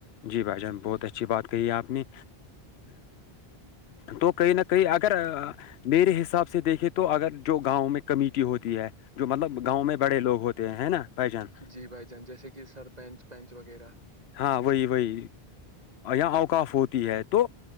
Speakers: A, on the left; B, on the right.
A: جی بھائی جان بہت اچھی بات کہی ہے آپ نے تو کہیں نہ کہیں اگر میرے حساب سے دیکھے تو اگر جو گاؤں میں کمیٹی ہوتی ہے جو مطلب گاؤں میں بڑے لوگ ہوتے ہیں نا بھ جان
B: جی بھائی جان جیسے کہ سرپنچ پنچ وغیرہ
A: ہاں وہی وہی اں اوقاف ہوتی ہے تو